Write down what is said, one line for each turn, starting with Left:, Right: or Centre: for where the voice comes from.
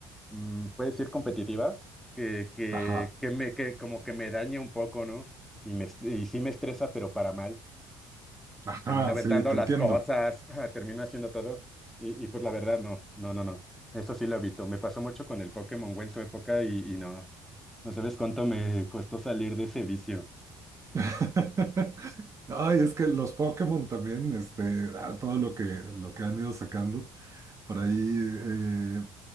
Centre: mm, puede decir competitiva, que, que,
Right: ajá,
Centre: que me, que como que me daña un poco, ¿no? Y, me, est- y sí me estresa, pero para mal.
Right: ajá,
Centre: Termino aventando
Right: sí, te
Centre: las
Right: entiendo.
Centre: cosas, <laughs> ah, termino haciendo todo. Y, y pues la verdad, no, no, no, no. Eso sí lo evito. Me pasó mucho con el Pokémon Go en su época y, y no, no sabes cuánto me costó salir de ese vicio.
Right: <laughs> Ay, es que los Pokémon también, este, a todo lo que, lo que han ido sacando por ahí, eh,